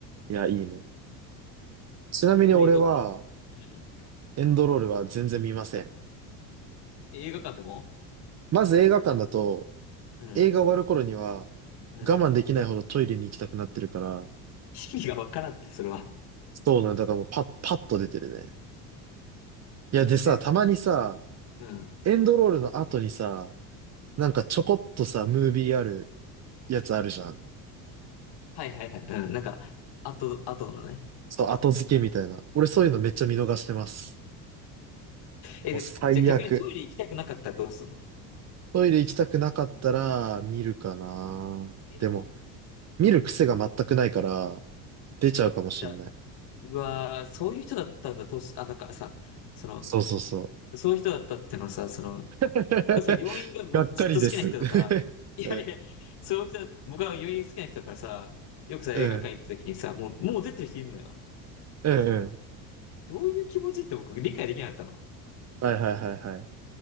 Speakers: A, on the right (about 35°); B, on the left (about 50°).
A: いや、いいね。ちなみに俺は、
B: 逆にどううん。
A: エンドロールは全然見ません。
B: 映画館でも
A: まず映画館だと、
B: うん、
A: 映画終わる頃には、
B: うん。
A: 我慢できないほどトイレに行きたくなってるから、
B: 意味がわからんって、それは。
A: そうなんだ、だからもうパッ、パッと出てるね。いや、
B: 別に、
A: でさ、たまにさ、
B: うん。
A: エンドロールの後にさ、なんかちょこっとさ、ムービーあるやつあるじゃん。
B: はいはいはい。うん。なんか、あと、あとのね。
A: そう、後付けみたいな。俺そういうのめっちゃ見逃してます。
B: うん。え、
A: もう最悪。
B: でじゃあ逆にトイレ行きたくなかったらどうするの
A: トイレ行きたくなかったら見るかな。
B: 見るの
A: でも、見る癖が全くないから、出ちゃうかもしんない。
B: 見た。うわー、そういう人だったんだ、とし、あ、なんかさ、その、
A: そうそうそ
B: そういう人だったっていうのはさ、その、
A: う。<laughs>
B: 僕はさ、病院がずっと好きな人だから、
A: がっかりです。<laughs>
B: <laughs> いやいや、
A: うん、
B: そういう人だ、僕は病院好きな人だからさ、よくさ、
A: うん、
B: 映画館行った時にさ、もう、もう出てる人いるのよ。
A: うん、うん。
B: どういう気持ちって僕理解できなかったの。
A: はいはいはいはい。